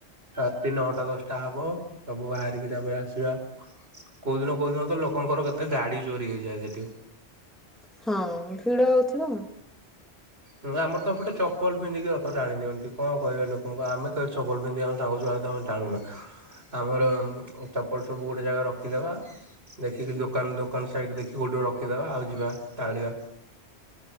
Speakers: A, on the right; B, in the centre.
A: ରାତି ନଅଟା ଦଶଟା ହବ ସବୁ ବାହାରିକି ତାପରେ ଆସିବା। କୋଉ ଦିନ କୋଉ ଦିନ ତ ଲୋକଙ୍କର କେତେ ଗାଡି ଚୋରି ହେଇଯାଏ ସେଠି।
B: ହଁ ଭିଡ ହଉଥିବ।
A: ହୁଁ ଆମର ତ ଏପଟେ ଚପଲ ପିନ୍ଧିକି ରଥ ଟାଣି ଦିଅନ୍ତି କଣ କହିବେ ଲୋକଙ୍କୁ ଆମେ କେବେ ଚପଲ ପିନ୍ଧିବା ଆମ ସାଙ୍ଗଛୁଆ ଆମେ ଟାଣୁନା ଆମର ଚପଲ ସବୁ ଗୋଟେ ଜାଗାରେ ରଖି ରଖିଦବା ଦେଖିକି ଦୋକାନ ଦୋକାନ ସାଇଡ ଦେଖିକି ଗୋଟେ ରଖିଦବା ଆଉ ଯିବା ଟାଣିବା।